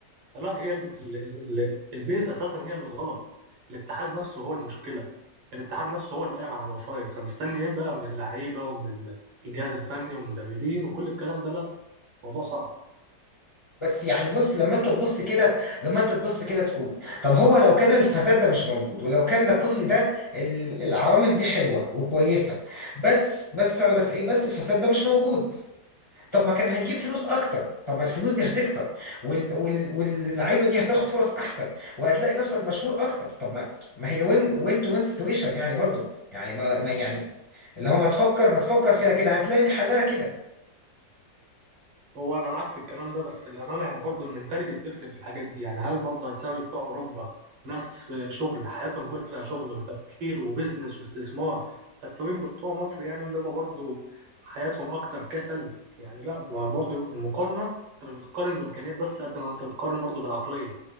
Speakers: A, on the right (about 85°); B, on the left (about 20°).
A: لا هي ال- ال- ال- البيز اساسا هي اللي غلط الاتحاد نفسه هو المشكله الاتحاد نفسه هو اللي قايم على الوسائط فمستني ايه بقى من اللعيبه ومن ال- الجهاز الفني والمدربين وكل الكلام ده لا الموضوع صعب
B: بس يعني بص لما انت تبص كده لما انت تبص كده تقول طب هو لو كان الفساد ده مش موجود ولو كان ده كل ده ال- العوامل دي حلوه وكويسه بس بس انا بس ايه بس الفساد ده مش موجود طب ما كان هيجيب فلوس اكتر طب ما الفلوس دي هتكتر وال... وال... واللعيبه دي هتاخد فرص احسن وهتلاقي نفسك مشهور اكتر طب ما ما هي وين وين تو وين سيتويشن يعني برضو يعني ما... ما يعني اللي هو ما تفكر ما تفكر فيها كده هتلاقيني حلها كده
A: هو انا معاك في الكلام ده بس للامانه يعني برضو المنتاليتي بتفرق في الحاجات دي يعني هل برضو هتساوي بتوع اوروبا ناس في شغل حياتهم كلها شغل وتفكير وبزنس واستثمار هتساويهم بتوع مصر يعني اللي هم برضو حياتهم اكتر كسل يعني لا ما برضو المقارنه انت مش بتقارن بامكانيات بس قد ما انت بتقارن برضو بالعقليه